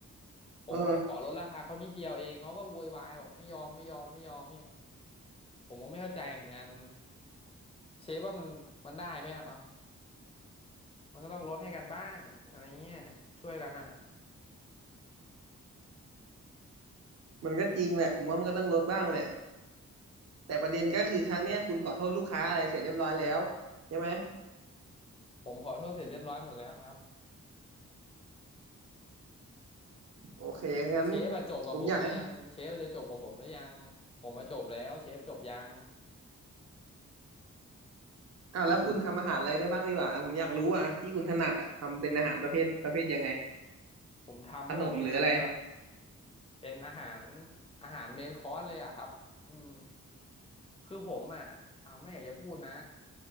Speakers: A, on the left; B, on the right.
A: ผมก็ไปขอลดราคาเขานิดเดียวเองเขาก็โวยวายบอกไม่ยอมไม่ยอมไม่ยอมเนี่ย
B: เออ
A: ผมก็ไม่เข้าใจเหมือนกันเชฟว่ามันมันได้ไหมล่ะเอ้า มันก็ต้องลดให้กันบ้างอะไรเงี้ยช่วยกันอ่ะ
B: มันก็จริงแหละผมว่ามันก็ต้องลดบ้างแหละแต่ประเด็นก็คือครั้งเนี้ยคุณขอโทษลูกค้าอะไรเสร็จเรียบร้อยแล้ว
A: อืม
B: ใช่ไหม
A: ผมขอโทษเสร็จเรียบร้อยหมดแล้วครับ
B: โอเคงั้น
A: เชฟอะจบกับผมหรือยังเชฟจะจบกับผมหรือยังผมมาจบแล้วเชฟจบยัง
B: ผมอยากให้อ่าแล้วคุณทำอาหารอะไรได้บ้างดีกว่าอ่ะผมอยากรู้อ่ะที่คุณถนัดอ่ะทำเป็นอาหารประเภทประเภทยังไง
A: ผมทำพวกเมนูแบบ
B: ขนมหรืออะไร
A: เป็นอาหารอาหารเมนคอร์สเลยอะครับอืมคือผมอ่ะอ่าไม่อยากจะพูดนะ